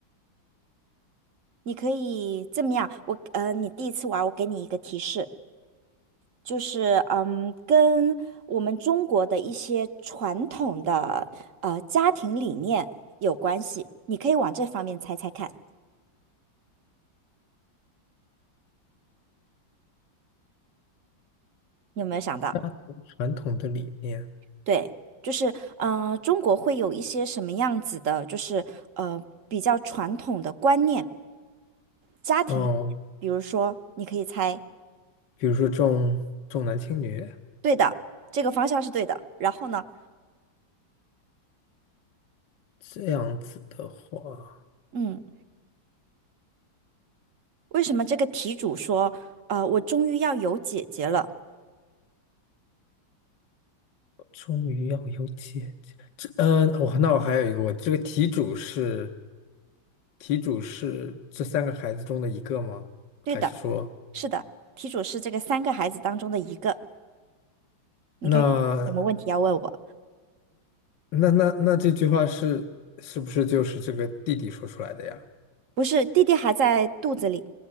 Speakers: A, on the right; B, on the left.
A: 你可以这么样，我呃，你第一次玩，我给你一个提示，就是嗯，跟我们中国的一些传统的呃家庭理念有关系。你可以往这方面猜猜看，你有没有想到？
B: 家族传统的理念，
A: 对，就是嗯、呃中国会有一些什么样子的，就是呃比较传统的观念，家庭理念比如说，
B: 哦，
A: 你可以猜，
B: 比如说重重男轻女
A: 对的，这个方向是对的。然后呢，
B: 这样子的话，
A: 嗯，为什么这个题主说，呃，我终于要有姐姐了？
B: 终于要有姐姐。这，嗯、呃，我、那我还有一个问题，这个题主是题主是这三个孩子中的一个吗？
A: 对的，
B: 还是说，
A: 是的，题主是这个三个孩子当中的一个。你看看有什么问题要问我？
B: 那那那那这句话是是不是就是这个弟弟说出来的呀？
A: 不是，弟弟还在肚子里，